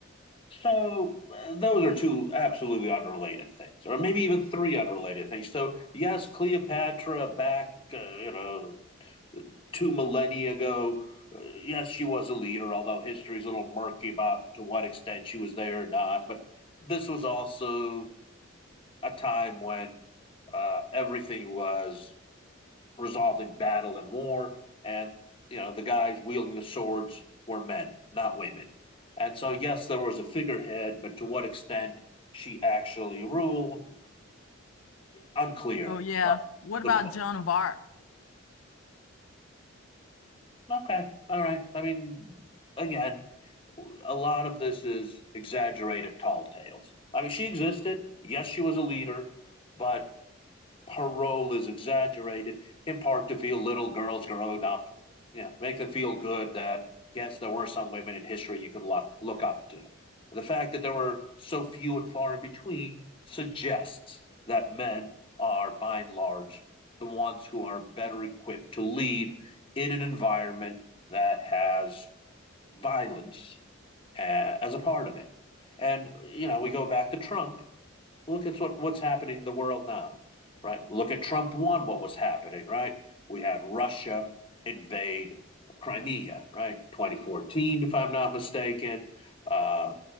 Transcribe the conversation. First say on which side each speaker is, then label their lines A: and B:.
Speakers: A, on the left; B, on the left.
A: so uh, those are two absolutely unrelated things, or maybe even three unrelated things. So yes, Cleopatra back, uh, you know, two millennia ago. Uh, yes, she was a leader, although history is a little murky about to what extent she was there or not. But this was also a time when uh, everything was resolved in battle and war, and you know the guys wielding the swords were men, not women. And so, yes, there was a figurehead, but to what extent she actually ruled, unclear.
B: Oh, yeah.
A: Well,
B: What
A: the
B: about
A: book.
B: Joan of Arc?
A: Okay, all right. I mean, again, a lot of this is exaggerated tall tales. I mean, she existed. Yes, she was a leader, but her role is exaggerated in part to feel little girls growing up, you know, make them feel good that, yes, there were some women in history you could look, look up to. The fact that there were so few and far in between suggests that men are, by and large, the ones who are better equipped to lead in an environment that has violence uh, as a part of it. And you know, we go back to Trump. Look at what what's happening in the world now, right? Look at Trump one. What was happening, right? We had Russia invade Crimea, right? 2014, if I'm not mistaken. Uh,